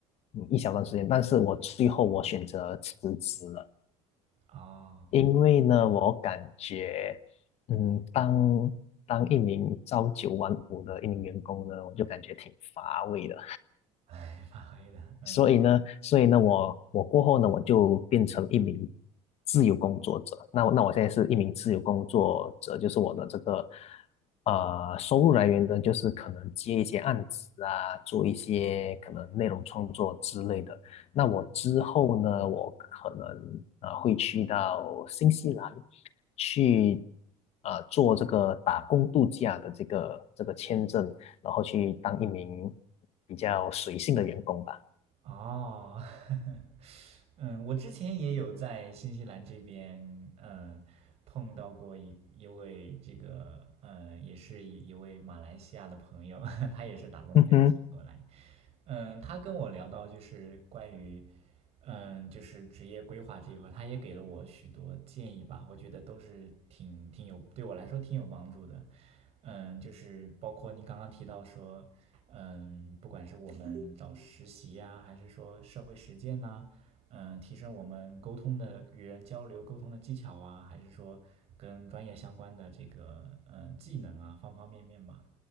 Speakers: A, on the left; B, on the right.
A: 嗯一小段时间，但是我最后我选择辞职了。
B: 哦，
A: 因为呢，我感觉，嗯，当当一名朝九晚五的一名员工呢，我就感觉挺乏味的。
B: <laughs> 哎，发挥的，嗯。
A: 所以呢，所以呢，我我过后呢，我就变成一名自由工作者。那我那我现在是一名自由工作者，就是我的这个呃收入来源呢，就是可能接一些案子啊，做一些可能内容创作之类的。那我之后呢，我可能啊会去到新西兰去呃做这个打工度假的这个这个签证，然后去当一名比较随性的员工吧。
B: 哦，<laughs> 嗯，我之前也有在新西兰这边，嗯，碰到过一一位这个，嗯，也是一一位马来西亚的朋友，<laughs> 他也是打工度假期过来
A: 嗯哼，
B: 嗯，他跟我聊到就是关于，嗯，就是职业规划这一块，他也给了我许多建议吧，我觉得都是挺挺有对我来说挺有帮助的。嗯，就是包括您刚刚提到说，嗯，不管是我们找实习呀、还是说社会实践呐、嗯，提升我们沟通的与人交流沟通的技巧啊，还是说跟专业相关的这个嗯技能啊，方方面面嘛，